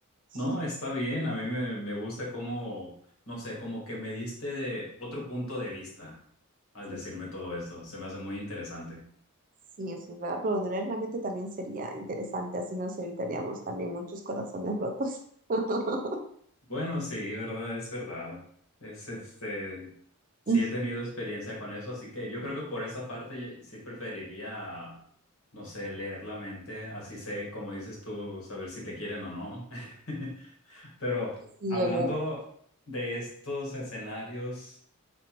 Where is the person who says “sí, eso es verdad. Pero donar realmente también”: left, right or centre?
Right